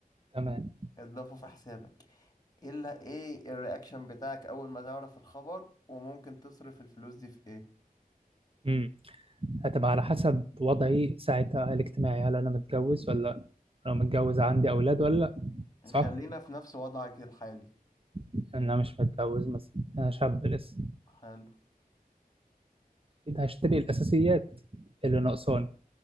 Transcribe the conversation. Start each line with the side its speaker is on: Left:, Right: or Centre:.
Right: تمام
Left: اتضافوا في حسابك ايه اللي ايه الرياكشن بتاعك اول ما تعرف الخبر وممكن تصرف الفلوس دي في ايه
Right: مم. هتبقى على حسب وضعي ساعتها الاجتماعي هل انا متجوز ولا لأ؟ لو متجوز عندي اولاد ولا لأ؟ صح
Left: خلينا في نفس وضعك الحالي
Right: إن انا مش متجوز مثلا انا شاب لسه
Left: حلو
Right: اكيد هشتري الاساسيات اللي ناقصاني